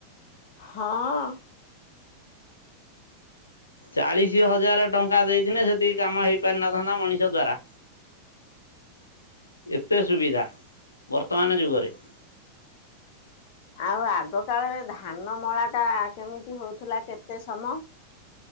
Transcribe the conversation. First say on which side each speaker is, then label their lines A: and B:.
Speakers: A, on the left; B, on the left.
A: ହଁ।
B: ଚାଳିଶି ହଜାରେ ଟଙ୍କା ଦେଇଥିନେ ସେତିକି କାମ ହେଇପାରିନଥାନ୍ତା ମଣିଷ ଦ୍ଵାରା। ଏତେ ସୁବିଧା ବର୍ତ୍ତମାନେ ଯୁଗରେ।
A: ଆଉ ଆଗ କାଳରେ ଧାନ ମଳା ଟା କେମିତି ହଉଥିଲା କେତେ ସମ।